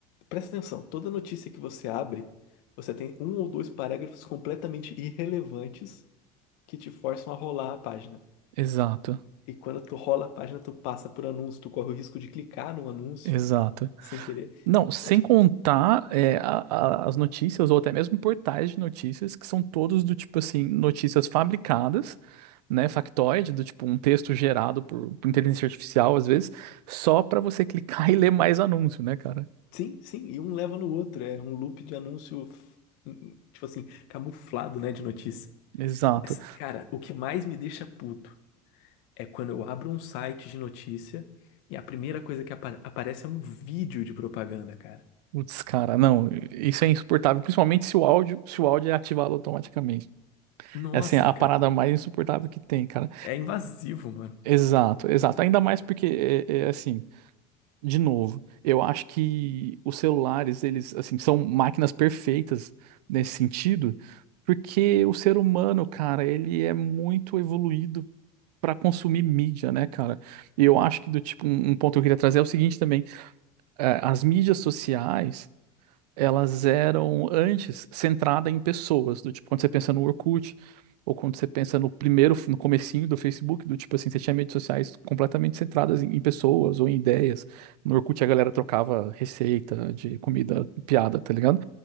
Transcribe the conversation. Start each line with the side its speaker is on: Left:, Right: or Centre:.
Left: Presta atenção, toda notícia que você abre, você tem um ou dois parágrafos completamente irrelevantes que te forçam a rolar a página.
Right: Exato,
Left: E quando tu rola a página, tu passa por anúncio, tu corre o risco de clicar num anúncio
Right: exato.
Left: sem querer.
Right: Não, sem
Left: É tipo,
Right: contar é, a- a- as notícias, ou até mesmo portais de notícias, que são todos do tipo assim, notícias fabricadas, né? Factoide, do tipo um texto gerado por, por inteligência artificial, às vezes, só pra você clicar <laughs> e ler mais anúncio, né, cara?
Left: Sim, sim, e um leva no outro. É um loop de anúncio, f- tipo assim, camuflado, né, de notícia.
Right: Exato.
Left: Mas, cara, o que mais me deixa puto é quando eu abro um site de notícia e a primeira coisa que apa- aparece é um vídeo de propaganda, cara.
Right: Putz, cara, não, isso é insuportável, principalmente se o áudio, se o áudio é ativado automaticamente.
Left: Nossa,
Right: É assim, a
Left: cara,
Right: parada mais insuportável que tem, cara.
Left: é invasivo, mano.
Right: Exato, exato. Ainda mais porque é, é assim, de novo, eu acho que os celulares, eles assim, são máquinas perfeitas nesse sentido, porque o ser humano, cara, ele é muito evoluído para consumir mídia, né, cara? E eu acho que do tipo um, um ponto que eu queria trazer é o seguinte também, eh, as mídias sociais elas eram antes centrada em pessoas, do tipo, quando você pensa no Orkut, ou quando você pensa no primeiro, no comecinho do Facebook, do tipo assim, você tinha redes sociais completamente centradas em, em pessoas ou em ideias. No Orkut a galera trocava receita de comida, piada, tá ligado?